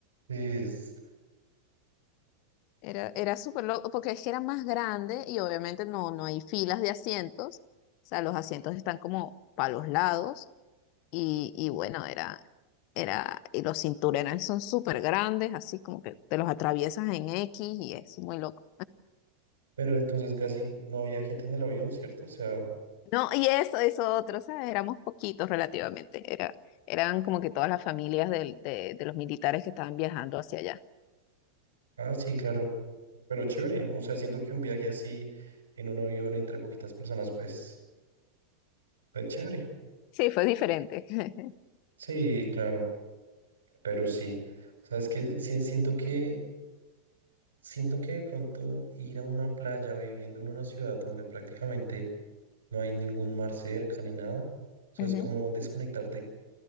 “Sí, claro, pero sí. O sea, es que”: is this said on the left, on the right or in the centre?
Right